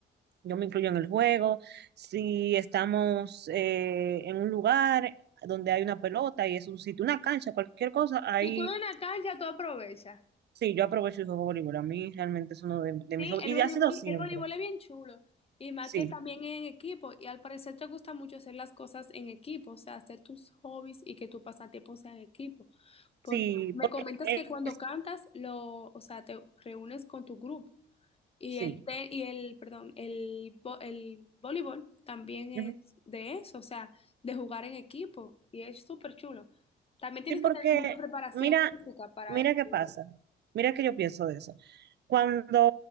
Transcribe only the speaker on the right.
yo me incluyo en el juego, si estamos eh, en un lugar donde hay una pelota y es un sitio, una cancha, cualquier cosa, ahí
sí, yo aprovecho y juego voleibol. A mí realmente es uno de, de
mis hobbies
y ha sido siempre,
sí,
sí,
porque
es,
sí,
ujú.
Sí, porque
mira,
mira
qué pasa, mira que yo pienso de eso. Cuando